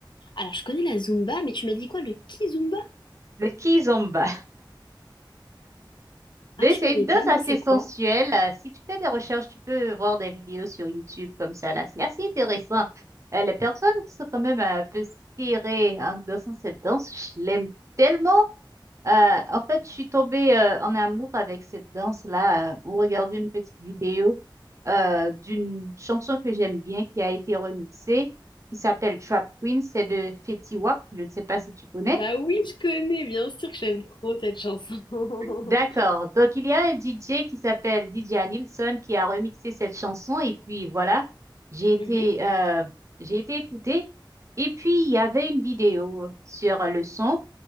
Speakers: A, on the left; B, on the right.
A: Alors je connais la Zumba, mais tu m'as dit quoi le Kizumba?
B: <laughs> le kizomba.
A: Ah
B: Mais
A: je
B: c'est
A: connais
B: une danse
A: pas, non
B: assez
A: c'est quoi?
B: sensuelle. Euh, Si tu fais des recherches, tu peux voir des vidéos sur YouTube comme ça, là. C'est assez intéressant. Euh, les personnes sont quand même un peu serrées en dansant cette danse. Je l'aime tellement. Euh, en fait, je suis tombée euh, en amour avec cette danse-là. euh, On regardait une petite vidéo euh, d'une chanson que j'aime bien qui a été remixée, qui s'appelle Trap Queen. C'est de Fetty Wap. Je ne sais pas si tu connais.
A: Bah oui, je connais, bien sûr que j'aime trop cette chanson. <laughs>
B: D'accord. Donc, il y a un DJ qui s'appelle DJ Nilsson qui a remixé cette chanson. Et puis, voilà, j'ai été,
A: Mhm,
B: euh, j'ai été écoutée. Et puis, il y avait une vidéo sur le son.